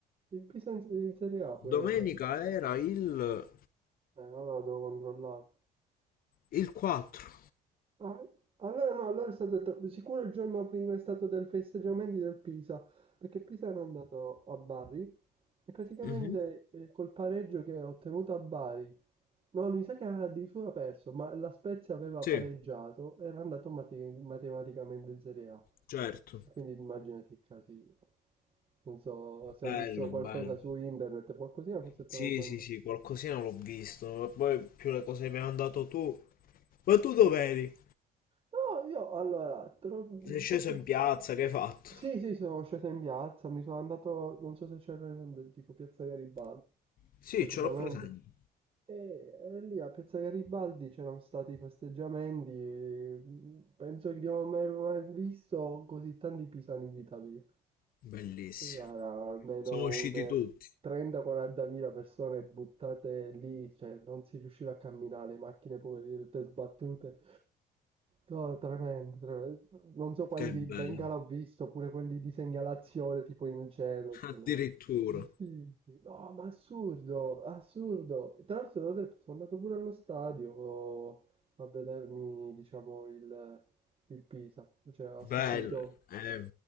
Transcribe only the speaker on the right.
Il Pisa in, in Serie A poi
è andato.
Eh, ora lo devo controllare.
Ah, allora no, no, allora è stato il tra- sicuro il giorno prima è stato del festeggiamenti del Pisa, perché Pisa era andato a Bari e praticamente
eh, col pareggio che ha ottenuto a Bari, no, mi sa che aveva addirittura perso, ma la Spezia aveva
pareggiato, era andato mate- matematicamente in Serie A,
quindi immaginati il casino. Non so se
hai visto qualcosa
su internet, qualcosina, forse
te l'ho mandato.
No, io allora, te lo-
forse.
Sì, sì, sì, sono sceso in piazza, mi sono andato, non so se c'è presente, tipo Piazza Garibaldi,
praticamente.
E, e lì a Piazza Garibaldi c'erano stati festeggiamenti, e mm, penso che di non aver mai visto così tanti pisani in vita mia.
Guarda, almeno
un eh,
30-40.000 persone buttate lì, cioè non si riusciva a camminare, le macchine poverine tutte sbattute. No, tremendo, tremendo. Non so quanti
Bengala ho visto, pure quelli di segnalazione tipo in cielo. cioè,
no, non- sì, sì. No, ma assurdo, assurdo. E tra l'altro, te l'ho detto, sono andato pure allo stadio a vedermi, diciamo, il, il Pisa. Cioè, ho assistito.